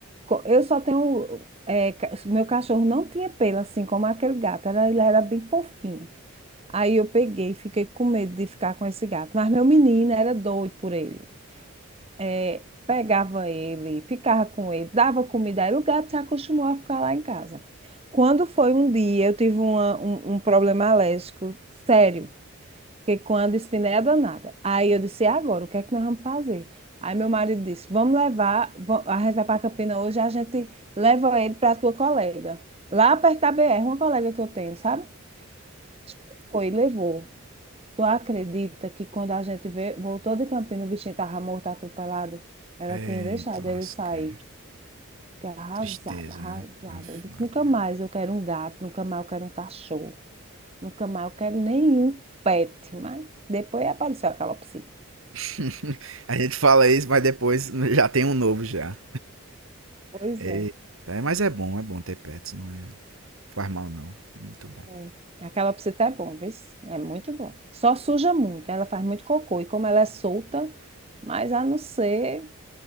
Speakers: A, on the right (about 25°); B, on the right (about 70°).
A: Co- Eu só tenho. eh, ca- meu cachorro não tinha pelo, assim como aquele gato. Era, ele era bem fofinho. Aí eu peguei, fiquei com medo de ficar com esse gato. Mas meu menino era doido por ele é, pegava ele, ficava com ele, dava comida a ele, o gato se acostumou a ficar lá em casa. Quando foi um dia, eu tive uma- um, um problema alérgico sério, porque com a dispneia danada. Aí eu disse, "E agora, o que é que nós vamos fazer? Aí meu marido disse, vamos levar, va- a gente vai para Campina hoje, a gente leva ele para tua colega. Lá perto da BR, uma colega que eu tenho, sabe? A gente foi, levou. Tu acredita que quando a gente vê, voltou de Campinas, o bichinho tava morto, atropelado? Ela
B: Eita,
A: tinha deixado
B: lasquei.
A: ele sair. Fiquei arrasada,
B: Tristeza,
A: arrasada.
B: né? Aff,
A: Eu disse,
B: Maria.
A: nunca mais eu quero um gato, nunca mais eu quero um cachorro, nunca mais eu quero nenhum pet. Mas depois apareceu a calopsita.
B: <laughs> A gente fala isso, mas depois já tem um novo já.
A: Pois
B: Eita,
A: é.
B: é, mas é bom, é bom ter pets, não é? Faz mal não, é muito bom.
A: É. A calopsita é bom, viu? É muito bom. Só suja muito, ela faz muito cocô. E como ela é solta, mas a não ser,